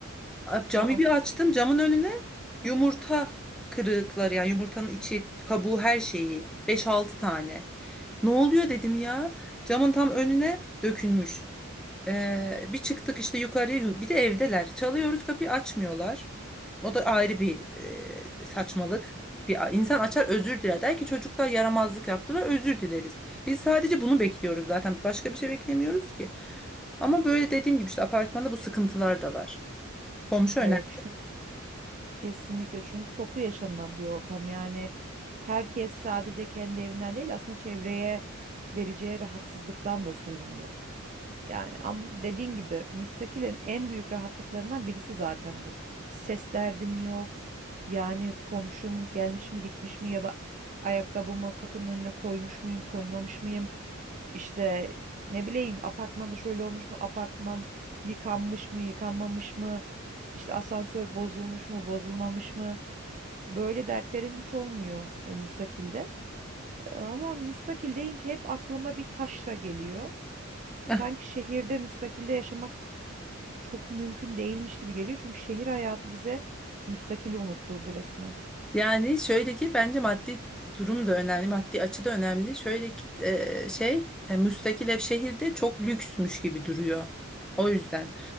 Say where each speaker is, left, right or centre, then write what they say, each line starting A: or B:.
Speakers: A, in the centre; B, on the right.
A: A- Camı
B: Aa,
A: bir açtım, camın önüne yumurta kırıkları yani yumurtanın içi, kabuğu her şeyi beş altı tane. Ne oluyor dedim ya? Camın tam önüne dökülmüş. Ee, bir çıktık işte yukarıya bir de evdeler. Çalıyoruz kapıyı açmıyorlar. O da ayrı bir e, saçmalık. Bir insan açar özür diler. Der ki çocuklar yaramazlık yaptılar özür dileriz. Biz sadece bunu bekliyoruz zaten. Başka bir şey beklemiyoruz ki. Ama böyle dediğim gibi işte apartmanda bu sıkıntılar da var. Komşu önemli.
B: evet çü- kesinlikle çünkü toplu yaşanılan bir ortam. Yani herkes sadece kendi evinden değil aslında çevreye vereceği rahatsızlıktan da sorumlu. Yani ama dediğin gibi müstakilin en büyük rahatlıklarından birisi zaten bu. Ses derdin yok. Yani komşum gelmiş mi gitmiş mi ya da ayakkabımı kapının önüne koymuş muyum koymamış mıyım? İşte ne bileyim apartmanda şöyle olmuş mu apartman yıkanmış mı yıkanmamış mı? İşte asansör bozulmuş mu bozulmamış mı? Böyle dertlerin hiç olmuyor e, müstakilde. E, Ama müstakil deyince hep aklıma bir taşra geliyor. Sanki
A: <laughs>
B: şehirde müstakilde yaşamak çok mümkün değilmiş gibi geliyor. Çünkü şehir hayatı bize müstakili unutturdu resmen.
A: Yani şöyle ki bence maddi durum da önemli, maddi açı da önemli. Şöyle ki e, şey e, müstakil ev şehirde çok lüksmüş gibi duruyor. O yüzden.